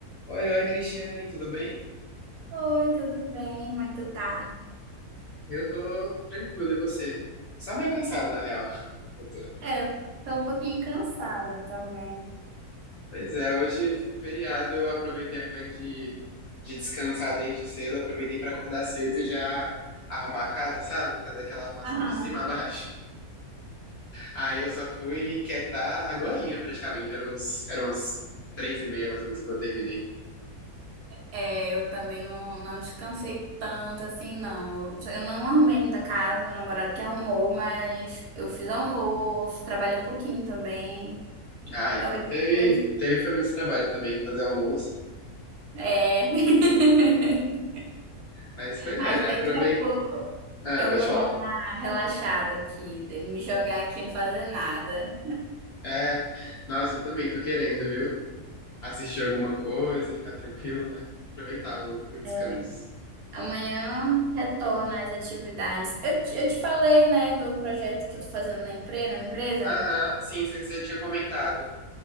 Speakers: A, on the left; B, on the right.
A: Oi, oi, Cristiane, tudo bem?
B: Oi, tudo bem? Como é que tu tá?
A: Eu tô tranquilo, e você? Só meio cansado, na real. <laughs> Eu tô.
B: É, eu tô um pouquinho cansada também.
A: Pois é, hoje, é feriado, eu aproveitei, ao invés de, de descansar desde cedo, aproveitei pra acordar cedo e já arrumar a casa, sabe? Fazer aquela arrumação
B: Aham.
A: de cima a baixo. Aí eu só fui quietar agorinha, praticamente. Eram uns, eram umas três e meia, mais ou menos, quando eu terminei.
B: É, eu também não, não descansei tanto assim, não. Eu só- eu não arrumei muita casa, meu namorado que arrumou, mas eu fiz almoço, trabalhei um pouquinho também.
A: Ah, então
B: Talvez
A: teve,
B: depois.
A: teve foi muito trabalho também fazer o almoço.
B: É. <laughs>
A: Mas pois
B: Acho
A: é, né?
B: daqui
A: Aprovei.
B: a pouco
A: Ah,
B: eu
A: pode
B: vou
A: falar.
B: dar uma relaxada aqui, de me jogar aqui e não fazer nada.
A: É, nossa, eu também tô querendo, viu? Assistir alguma coisa, ficar tranquilo, né? Aproveitar o, o descanso.
B: É. Amanhã retorna às atividades. Eu, te- eu te falei, né, do projeto que eu tô fazendo na empresa, na minha empresa?
A: Aham, sim, você tinha comentado.